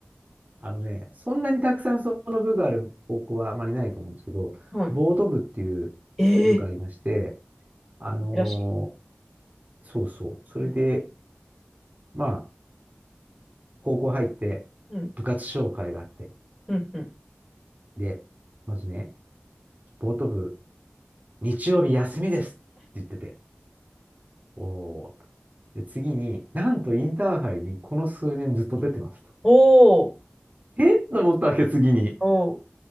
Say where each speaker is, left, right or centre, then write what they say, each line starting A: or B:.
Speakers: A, on the right (about 40°); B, in the centre.
A: あのね、そんなにたくさんその部がある高校はあまりないと思うんですけど、
B: は
A: ボート部っていう
B: い。
A: 部がありまして、
B: ええ
A: あのー
B: ー珍し
A: そうそう。それで、
B: い。うん。
A: まあ、高校入って、
B: うん。
A: 部活紹介があって、
B: うん。うん
A: で、まずね、ボート部、日曜日休みですって言ってて、おーと。で、次に、なんとインターハイにこの数年ずっと出てますと。
B: おお
A: えっと思ったわけ、次に。
B: お